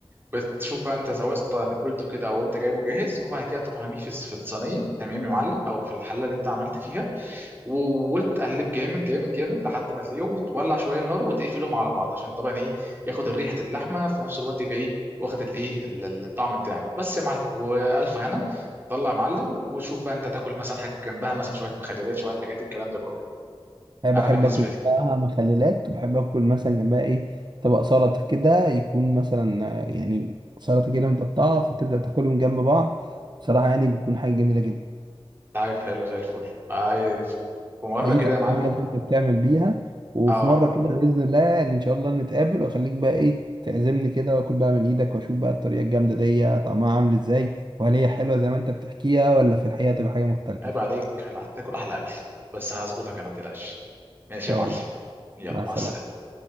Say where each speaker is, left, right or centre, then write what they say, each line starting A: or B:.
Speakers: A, on the right; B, on the right.
A: بتشوف بقى انت سواء است- تبلته كده او انت جايبه جاهز وبعد كده تروح رميه في الص- في الصينيه تمام يا معلم او في الحله اللي انت عملت فيها وتقلب جامد جامد جامد لحد ما تلاقيه وتولع شويه النار وتقفلهم على بعض عشان طبعا ايه ياخد ريحه اللحمه في نفس الوقت يبقى ايه واخد الايه ال- الطعم بتاعك بس يا معلم والف هنا طلع يا معلم وشوف بقى انت هتاكل مثلا حاجه جنبها مثلا شويه مخللات شويه حاجات الكلام ده كله
B: انا بحب
A: انا بالنسبه
B: اكل
A: لي
B: بقى مخللات وبحب اكل مثلا جنبها ايه طبق سلطه كده يكون مثلا آه، يعني سلطه كده متقطعه فتبدا تاكلهم جنب بعض بصراحه يعني بتكون حاجه جميله جدا
A: عارف حلو زي الفل عارف في مره
B: احييك
A: كده
B: على
A: يا معلم
B: الطريقه اللي انت بتعمل بيها وفي
A: اه
B: مره كده باذن الله يعني ان شاء الله نتقابل واخليك بقى ايه تعزمني كده واكل بقى من ايدك واشوف بقى الطريقه الجامده دي طعمها عامل ازاي وهل هي حلوه زي ما انت بتحكيها ولا في الحقيقه تبقى حاجه مختلفه
A: عيب
B: ان
A: عليك هتاكل احلى اكل بس هظبطك انا ما تقلقش ماشي
B: شاء
A: يا معلم
B: الله
A: يلا
B: مع السلامه
A: مع السلامه